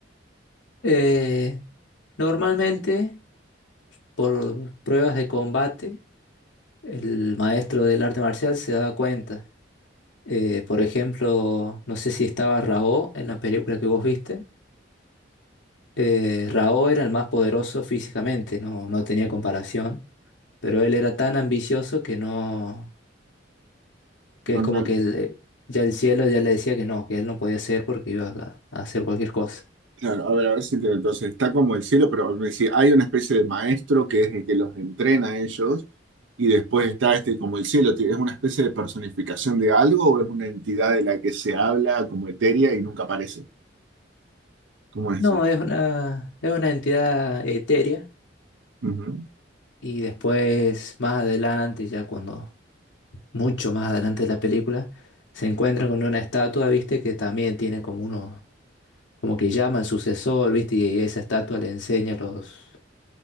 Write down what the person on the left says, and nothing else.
Eh, normalmente, por pruebas de combate, el maestro del arte marcial se da cuenta. Eh, por ejemplo, no sé si estaba Raó en la película que vos viste. Eh, Rao era el más poderoso físicamente, no, no tenía comparación, pero él era tan ambicioso que no, que
es
como que él, ya el cielo ya le decía que no, que él no podía ser porque iba a, a hacer cualquier cosa.
No,
es una, es una entidad etérea
y después más adelante, ya cuando, mucho más adelante de la película, se encuentran con una estatua, viste, que también tiene como uno, como que llama al sucesor, viste, y esa estatua le enseña los